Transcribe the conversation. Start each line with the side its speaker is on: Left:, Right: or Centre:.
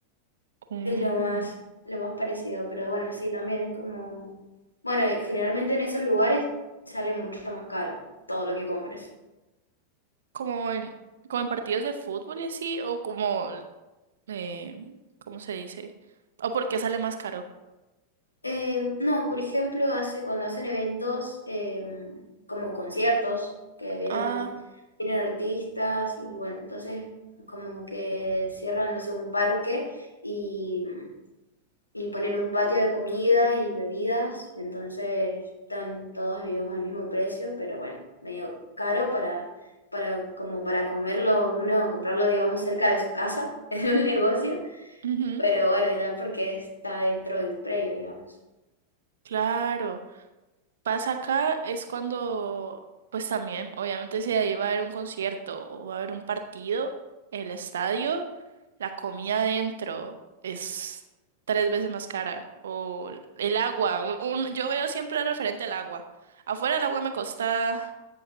Right: Mm.
Left: Es lo más, lo más parecido, pero bueno, sí, también es como, bueno, y generalmente en esos lugares sale mucho más caro todo lo que compres.
Right: como en, como en partidos de fútbol y así, o como, eh, ¿cómo se dice? O porque sale más caro.
Left: Eh, no, por ejemplo, hace, cuando hacen eventos eh, como conciertos, que vienen,
Right: Ah,
Left: vienen artistas y bueno, entonces como que cierran, no sé, un parque y, y ponen un patio de comida y bebidas, entonces están todos, digamos, al mismo precio, pero bueno, medio caro para, para, como para comerlo uno, comprarlo, digamos, cerca de su casa, <laughs> en un negocio,
Right: ujú,
Left: pero bueno, ya porque está dentro del predio, digamos.
Right: claro. Pasa acá es cuando, pues también, obviamente si ahí va a haber un concierto o va a haber un partido, el estadio, la comida adentro es tres veces más cara. O el agua, un- un- yo veo siempre referente al agua. Afuera el agua me cuesta